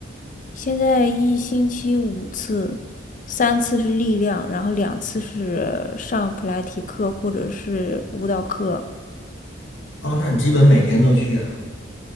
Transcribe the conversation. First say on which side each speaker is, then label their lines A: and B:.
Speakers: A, on the left; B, on the left.
A: 现在一星期五次，三次是力量，然后两次是上普拉提课或者是舞蹈课。
B: 哦，那你基本每天都去啊？